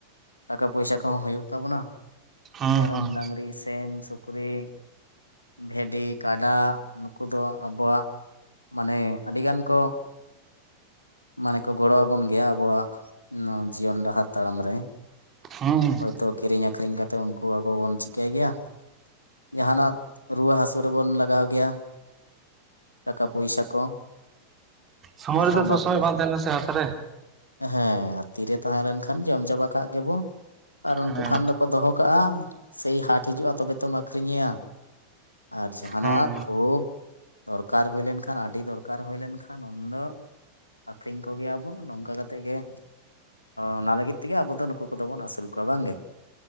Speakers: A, on the left (about 80°); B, on the right (about 25°).
A: ᱴᱟᱠᱟ ᱯᱚᱭᱥᱟ ᱠᱚᱦᱚᱸ ᱦᱩᱭᱩᱜ ᱛᱟᱵᱚᱱᱟ
B: ᱦᱩᱸ
A: ᱢᱮᱨᱚᱢ
B: ᱦᱩᱸ
A: ᱰᱟᱺᱨᱤ ᱥᱤᱢ ᱥᱩᱠᱨᱤ᱾ ᱵᱷᱤᱰᱤ ᱠᱟᱰᱟ ᱱᱩᱠᱩ ᱫᱚ ᱟᱵᱚᱣᱟᱜ ᱢᱟᱱᱮ ᱟᱹᱰᱤᱜᱟᱱ ᱠᱚ ᱢᱟᱱᱮ ᱠᱚ ᱜᱚᱲᱚ ᱟᱵᱚᱱ ᱜᱮᱭᱟ ᱟᱵᱚᱣᱟᱜ ᱡᱤᱭᱚᱱ ᱰᱟᱦᱟᱨ ᱛᱟᱲᱟᱢ ᱨᱮ᱾
B: ᱦᱩᱸ
A: ᱦᱳᱭᱛᱳ ᱠᱤᱨᱤᱧ ᱟᱹᱠᱨᱤᱧ ᱠᱟᱛᱮᱫ ᱩᱱᱠᱩ ᱟᱵᱚ ᱵᱚᱱ ᱪᱤᱠᱟᱹᱭ ᱜᱮᱭᱟ? ᱡᱟᱦᱟᱱᱟᱜ ᱨᱩᱣᱟᱹ ᱦᱟᱹᱥᱩ ᱨᱮᱵᱚᱱ ᱞᱟᱜᱟᱣ ᱜᱮᱭᱟ ᱴᱟᱠᱟ ᱯᱚᱭᱥᱟ ᱠᱚ᱾
B: ᱥᱩᱢᱟᱭ
A: ᱟᱨᱦᱚᱸ
B: ᱨᱮᱫᱚ ᱥᱚᱵ
A: ᱵᱟᱯᱞᱟ
B: ᱥᱚᱢᱚᱭ ᱵᱟᱝ ᱛᱟᱦᱮᱱᱟ ᱥᱮ ᱦᱟᱛ ᱨᱮ᱾
A: ᱦᱮᱸ ᱟᱨ ᱛᱤᱨᱮ ᱛᱟᱦᱮᱸ ᱞᱮᱱᱠᱷᱟᱱ ᱡᱚᱢ ᱪᱟᱵᱟ ᱠᱟᱜ ᱜᱮᱵᱚᱱ᱾ ᱟᱨ ᱩᱱᱠᱩ
B: ᱦᱮᱸ
A: ᱠᱷᱟᱱ ᱫᱚᱠᱚ ᱫᱚᱦᱚ ᱠᱟᱜᱼᱟ ᱥᱮᱭ ᱦᱟᱴ ᱦᱤᱡᱩᱜᱼᱟ ᱛᱚᱵᱮ ᱛᱚᱢ ᱟᱹᱠᱷᱨᱤᱧ ᱮᱭᱟ᱾ ᱟᱨ ᱡᱟᱦᱟᱱᱟᱜ
B: ᱦᱮᱸ
A: ᱠᱷᱩᱵ ᱫᱚᱨᱠᱟᱨ ᱦᱩᱭ ᱞᱮᱱᱠᱷᱟᱱ ᱟᱹᱰᱤ ᱫᱚᱨᱠᱟᱨ ᱦᱩᱭ ᱞᱮᱱ ᱠᱷᱟᱱ ᱠᱷᱟᱱ ᱩᱱᱫᱚ ᱟᱠᱠᱷᱨᱤᱧ ᱠᱚᱜᱮᱭᱟᱵᱚ ᱱᱚᱝᱠᱟ ᱠᱟᱛᱮᱫ ᱜᱮ ᱚᱱᱟ ᱞᱟᱹᱜᱤᱫ ᱛᱮᱜᱮ ᱟᱵᱚ ᱫᱚ ᱱᱩᱠᱩ ᱠᱚᱫᱚ ᱵᱚᱱ ᱟᱹᱥᱩᱞ ᱠᱚᱣᱟ ᱵᱟᱝᱜᱮ᱾